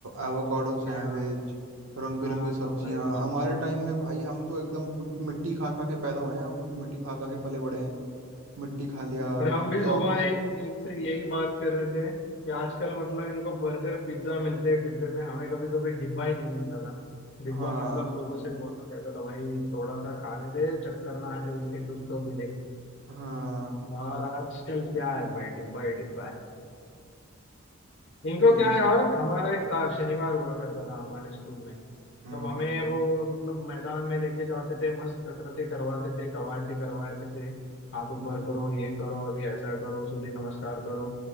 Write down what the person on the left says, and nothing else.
क्या
हाँ
ना भाई
अरे हम भी
सुबह एक एक से यही बात कर रहे थे कि आजकल मतलब इनको बर्गर पिज्जा मिलते हैं डिब्बे में हमें कभी कभी डिब्बा ही नहीं मिलता था डिब्बा
मतलब लोगों से बोलना पड़ता था भाई थोड़ा सा खाने दे चक्कर ना आ जाए इसलिए कुछ तो दे दे
और आजकल क्या है भाई डिब्बा ही डिब्बा है इनको
क्या है और हमारा एक था शनिवार हुआ करता था हमारे स्कूल में
तब हमें वो मतलब मैदान में लेके जाते थे मस्त कसरतें करवाते थे कवायते करवाते थे हाथ ऊपर
करो ये करो अभी ऐसा करो सूर्य नमस्कार करो